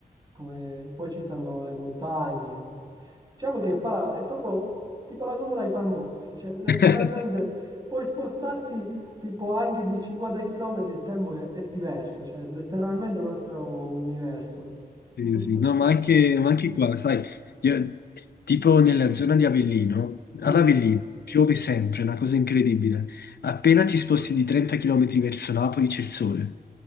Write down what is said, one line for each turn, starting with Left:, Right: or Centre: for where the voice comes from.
Right: come... poi ci stanno le montagne, diciamo che fa, è proprio tipo la nuvola ai Fandozzi, cioè letteralmente
Left: <laughs>
Right: puoi spostarti tipo anche di 50 km, il tempo è, è diverso, cioè letteralmente un altro universo.
Left: Sì,
Right: Mm,
Left: sì. No, ma anche, ma anche qua, sai, io- tipo nella zona di Avellino,
Right: mm,
Left: ad Avellino piove sempre, è una cosa incredibile. Appena ti sposti di 30 km verso Napoli c'è il sole.